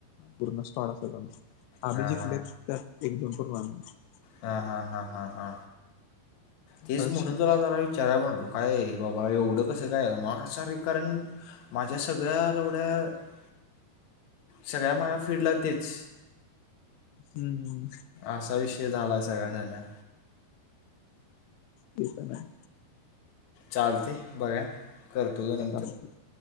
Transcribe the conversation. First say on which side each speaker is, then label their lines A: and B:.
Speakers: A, on the left; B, on the left.
A: पूर्ण स्टॉळ असत आमच आम्ही
B: हां
A: जिंलेत त्यात एक दोन पूर्णम <unintelligible>
B: हा हा हा हा हा.
A: असा
B: तेच
A: विषय
B: म्हणून तुला जरा विचारायला, म्हणलो काय बाबा एवढं कसं काय आ मग रे कारण माझ्या सगळ्या एवढ्या <unintelligible> सगळ्या माझ्या फीडला तेच.
A: हम्म.
B: असा विषय झालाय सगळ्या टन्या
A: ते पण हाय.
B: चालते बघा. करतू <unintelligible>
A: थँक्यू